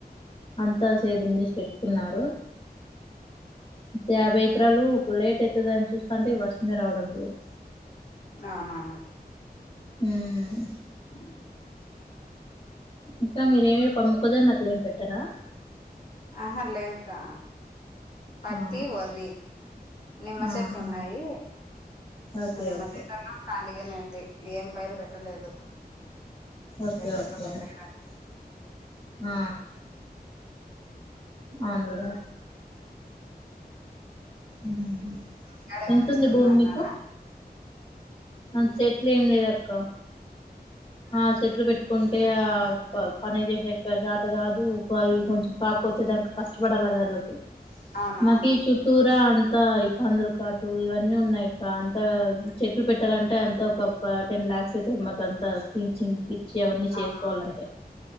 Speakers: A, on the left; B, on the left.
A: అంత సేధం చేసి పెట్టుకున్నారు ఇంకా యాభై ఎకరాలు లేట్ అయితది అని చూస్తాంటే ఈ వర్షమే రావడం లేదు
B: అవునవును
A: ఉమ్
B: హు
A: ఇంకా మీరేమి ప మొక్కజొన్న అట్ల ఏం పెట్టరా
B: అహా లేదుకా పత్తి
A: ఆ
B: వర్రీ నిమ్మ చెట్లున్నాయి
A: ఆహా ఓకే
B: ఆ నిమ్మ
A: ఓకే
B: చెట్లలో ఖాళీగానే ఉంది ఏం పైరు పెట్టలేదు
A: ఓకే
B: చేసేటోళ్ళు
A: ఓకే
B: లేరని
A: ఆ
B: ఉ
A: అవునులే ఉమ్
B: ఇంటికాడ ఏమన్నా
A: ఎంతుంది
B: చెట్లు
A: భూమి
B: నాటినారా
A: మీకు నాకు చెట్లు ఏం లేదక్క ఆ చెట్లు పెట్టుకుం టె ఆ పని చేసేకి చాతకాదు అవి కొంచెం కాపొచ్చేదానికి కష్టపడాలి <unintelligible>
B: అవునవును
A: మాకీ చుట్టూరా అంతా ఈ పందుల కాటు ఇవన్నీ ఉన్నాయి అంత చెట్లు పెట్టాలంటే అంత ఒక టెన్ లాక్స్ అయితది మాకు అంతా ప్లీచింగ్ గి చ్చి అవన్నీ చేసుకోవాలంటే
B: అవునవును